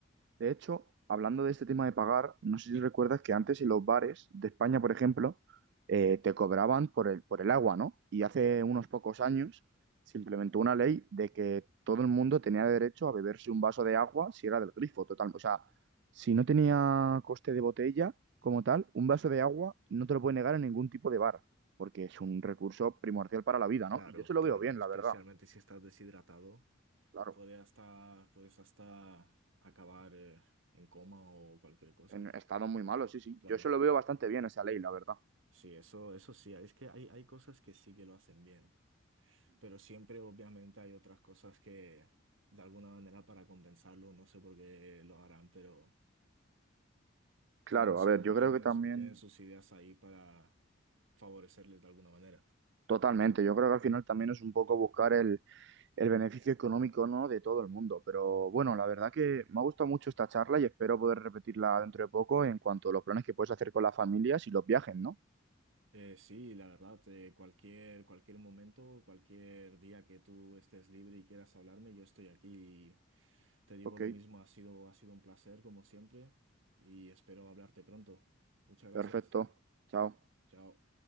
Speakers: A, on the right; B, on the right.
A: De hecho, hablando de este tema de pagar, no sé si recuerdas que antes en los bares de España, por ejemplo, eh, te cobraban por el, por el agua, ¿no? Y hace unos pocos años se implementó una ley de que todo el mundo tenía derecho a beberse un vaso de agua si era del grifo, total. O sea, si no tenía coste de botella como tal, un vaso de agua no te lo puede negar en ningún tipo de bar, porque es un recurso primordial para la vida,
B: Claro,
A: ¿no? Y yo se lo
B: claro,
A: veo bien,
B: especialmente
A: la verdad.
B: si estás deshidratado,
A: Claro,
B: puede hasta, puedes hasta acabar eh, en coma o cualquier cosa.
A: en estado muy malo, sí, sí.
B: Claro,
A: Yo se lo veo bastante bien esa ley, la verdad.
B: sí, eso, eso sí, es que hay, hay cosas que sí que lo hacen bien, pero siempre obviamente hay otras cosas que de alguna manera para compensarlo, no sé por qué lo harán, pero
A: Claro,
B: tienen su,
A: a ver, yo
B: tienen,
A: creo que también,
B: su- tienen sus ideas ahí para favorecerles de alguna manera.
A: totalmente, yo creo que al final también es un poco buscar el, el beneficio económico, ¿no? de todo el mundo. Pero bueno, la verdad que me ha gustado mucho esta charla y espero poder repetirla dentro de poco en cuanto a los planes que puedes hacer con las familias y los viajes, ¿no?
B: Eh, sí, la verdad, eh, cualquier, cualquier momento, cualquier día que tú estés libre y quieras hablarme, yo estoy aquí. y Te digo
A: Ok,
B: lo mismo, ha sido, ha sido un placer como siempre y espero hablarte pronto. Muchas gracias.
A: perfecto. Chao.
B: Chao.